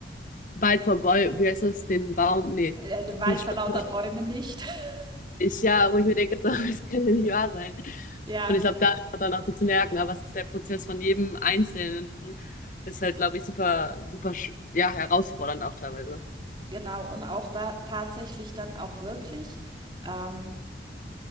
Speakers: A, on the left (about 45°); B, on the right (about 25°).
A: Wald vor Bäu- wie heißt das, den Baum, nee,
B: der Wald
A: dieses
B: vor
A: Sprichwort,
B: lauter Bäume nicht. <laughs>
A: ja, wo ich mir denke, <laughs> so, das kann ja nicht wahr sein.
B: Ja,
A: Und ich glaube, da ist man dann auch so zu merken, aber es ist der Prozess von jedem Einzelnen, ist halt, glaube ich, super, super, sch- ja, herausfordernd auch teilweise.
B: Genau, und auch da tatsächlich dann auch wirklich, ähm,